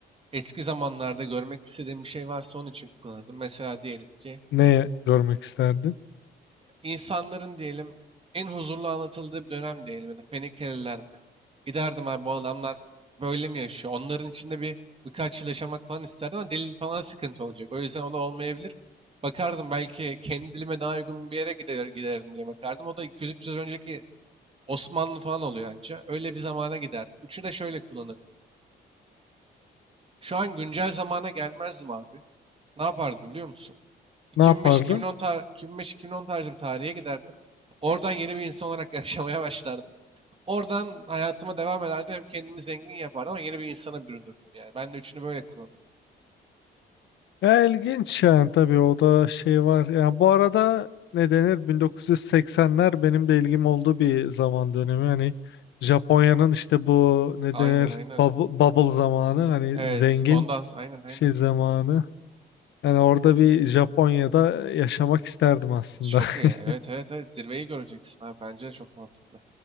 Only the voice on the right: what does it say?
eski zamanlarda görmek istediğim bir şey varsa onun için kullanırdım. Mesela diyelim ki
insanların diyelim en huzurlu anlatıldığı bir dönem diyelim ya da Fenikeliler mi? Giderdim abi bu adamlar böyle mi yaşıyor? Onların içinde bir birkaç yıl yaşamak falan isterdim ama dil falan sıkıntı olacak. O yüzden o da olmayabilir. Bakardım belki kendi dilime daha uygun bir yere gider, giderdim diye bakardım. O da 200-300 önceki Osmanlı falan oluyor anca. Öyle bir zamana giderdim. Üçü de şöyle kullanırdım. Şu an güncel zamana gelmezdim abi. Ne yapardım biliyor musun? 2005-2010
tar 2005-2010 tarzı bir tarihe giderdim. Oradan yeni bir insan olarak <laughs> yaşamaya başlardım. Oradan hayatıma devam ederdim. Hem kendimi zengin yapardım ama yeni bir insana bürünürdüm. Yani ben de üçünü böyle kullanırdım.
Aynen
aynen.
Evet
ondan s- aynen aynen.
Çok iyi.
Evet evet evet zirveyi göreceksin abi. Bence çok mantıklı.